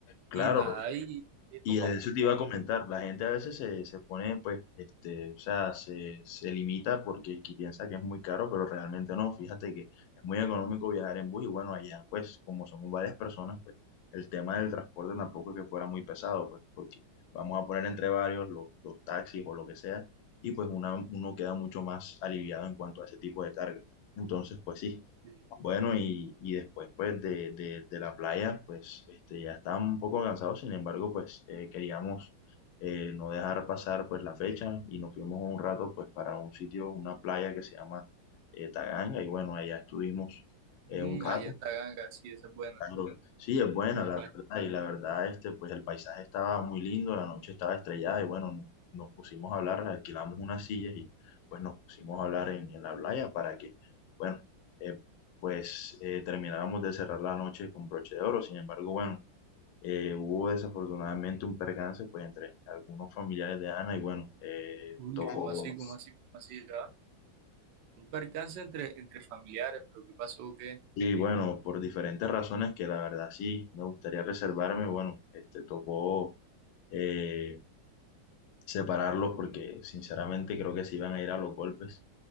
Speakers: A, on the left; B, on the right.
A: Claro,
B: y nada, y, y
A: y
B: nos vamos,
A: de eso
B: bueno,
A: te iba a comentar. La gente a veces se, se pone, pues, este, o sea, se, se limita porque qui- piensa que es muy caro, pero realmente no. Fíjate que es muy económico viajar en bus y bueno, allá, pues, como somos varias personas, pues, el tema del transporte tampoco es que fuera muy pesado, pues, porque vamos a poner entre varios los, los taxis o lo que sea, y pues una- uno queda mucho más aliviado en cuanto a ese tipo de carga. Entonces, pues sí.
B: sí.
A: Bueno, y, y después pues de, de- de la playa, pues este, ya estábamos un poco cansados, sin embargo, pues eh, queríamos eh, no dejar pasar pues la fecha y nos fuimos un rato pues para un sitio, una playa que se llama eh, Taganga y bueno, allá estuvimos
B: Mm,
A: eh, un rato
B: allá está ganga sí, esa es buena,
A: Claro, sí, es buena,
B: esa es
A: la
B: buena.
A: verdad, y la verdad, este, pues el paisaje estaba muy lindo, la noche estaba estrellada, y bueno, no- nos pusimos a hablar, alquilamos unas sillas y pues nos pusimos a hablar en, en la playa para que, bueno, eh, pues eh, termináramos de cerrar la noche con broche de oro, sin embargo, bueno, eh, hubo desafortunadamente un percance, pues entre algunos familiares de Ana, y bueno, eh,
B: Uy,
A: tocó,
B: ¿cómo así, cómo así, cómo así, ya? Un percance entre, entre familiares, pero ¿qué pasó? ¿Qué?
A: Y bueno, por diferentes razones que la verdad sí me gustaría reservarme, bueno, este tocó eh, separarlos porque sinceramente creo que se iban a ir a los golpes.